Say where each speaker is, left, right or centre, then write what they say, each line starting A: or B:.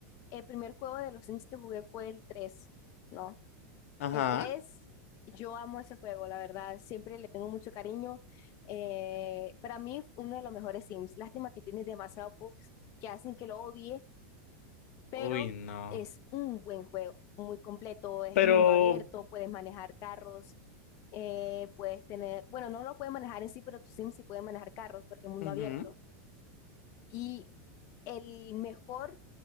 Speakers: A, on the left; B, on the left.
A: el primer juego de los Sims que jugué fue el tres, ¿no?
B: Ajá.
A: El 3 yo amo ese juego, la verdad, siempre le tengo mucho cariño. Eh, para mí, uno de los mejores Sims. Lástima que tiene demasiados bugs que hacen que lo odie, pero
B: Uy, no.
A: es un buen juego, muy completo, es
B: Pero...
A: mundo abierto, puedes manejar carros, eh, puedes tener, bueno, no lo puedes manejar en sí, pero tu Sim sí puede manejar carros porque es mundo
B: Ujú.
A: abierto. Y el mejor